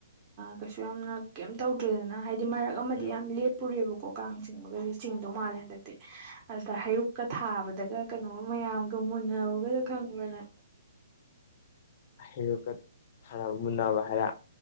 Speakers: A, on the right; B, on the left.
A: ꯀꯩꯁꯨ ꯌꯥꯝꯅ ꯀꯩꯝ ꯇꯧꯗ꯭ꯔꯦꯗꯅ ꯍꯥꯏꯗꯤ ꯃꯔꯛ ꯑꯃꯗꯤ
B: ꯎꯝ
A: ꯌꯥꯝ ꯂꯦꯞꯄꯨꯔꯦꯕꯀꯣ ꯀꯣ ꯀꯥꯡ ꯆꯤꯡꯕꯒꯁꯦ ꯆꯤꯡꯗꯧ ꯃꯥꯜꯂꯦ ꯍꯟꯗꯛꯇꯤ ꯑꯗ ꯍꯩꯔꯨꯛꯀ ꯊꯥꯕꯗꯒ ꯀꯩꯅꯣ ꯃꯌꯥꯝꯒ ꯃꯨꯟꯅꯧꯒꯁꯨ ꯈꯪꯕ꯭ꯔ ꯅꯪ
B: ꯍꯩꯔꯨꯀꯠ ꯁꯥꯟꯅꯕ ꯃꯨꯟꯅꯕ ꯍꯥꯏꯔ